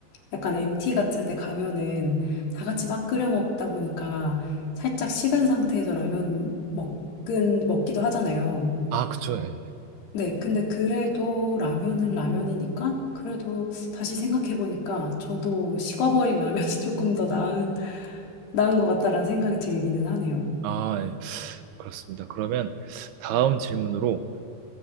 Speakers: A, on the left; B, on the right.
A: 약간 MT 같은 데 가면은 다 같이 막 끓여 먹다 보니까 살짝 식은 상태에서 라면 먹긴, 먹기도 하잖아요.
B: 아, 그쵸. 예.
A: 네, 근데 그래도 라면은 라면이니까 그래도 다시 생각해보니까 저도 식어버린 라면이 <laughs> 조금 더 나은, 나은 것 같다라는 생각이 들기는 하네요.
B: 아, 예. 그렇습니다. 그러면 다음 질문으로